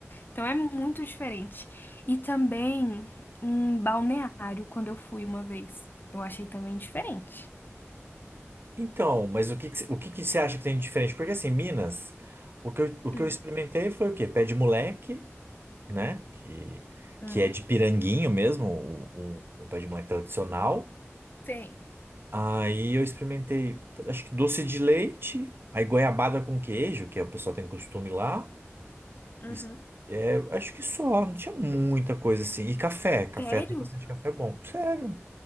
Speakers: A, on the left; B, on the right.
A: Então é muito diferente. E também um balneário, quando eu fui uma vez. Eu achei também diferente.
B: Então, mas o que que, cê- o que que você acha que tem de diferente? Porque assim, Minas, o que eu, o que
A: Hum,
B: eu experimentei foi o quê? Pé de moleque, né? Que,
A: hum,
B: que é de piranguinho mesmo, o, o, o pé de moleque tradicional.
A: Sim.
B: Aí eu experimentei, acho que doce de leite, aí goiabada com queijo, que é o pessoal tem costume lá.
A: Uhum.
B: E, é, acho que só, não tinha muita coisa assim. E café, café
A: Sério?
B: tem bastante café bom. Sério.